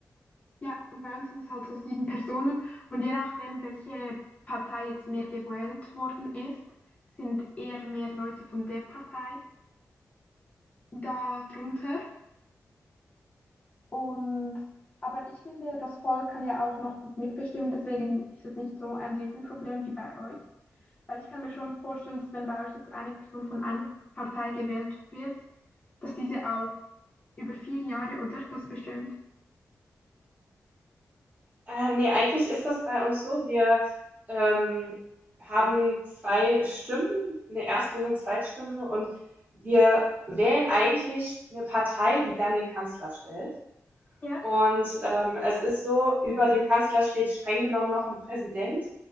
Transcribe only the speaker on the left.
Ja, und bei uns sind es halt so sieben Personen. Und je nachdem, welche Partei jetzt mehr gewählt worden ist, sind eher mehr Leute von der Partei. darunter. Und aber ich finde, das Volk kann ja auch noch gut mitbestimmen, deswegen ist es nicht so ein Riesenproblem wie bei euch. Weil ich kann mir schon vorstellen, dass wenn bei euch jetzt eine Person von einer Partei gewählt wird, dass diese auch über vier Jahre, oder? Das bestimmt.
Ja,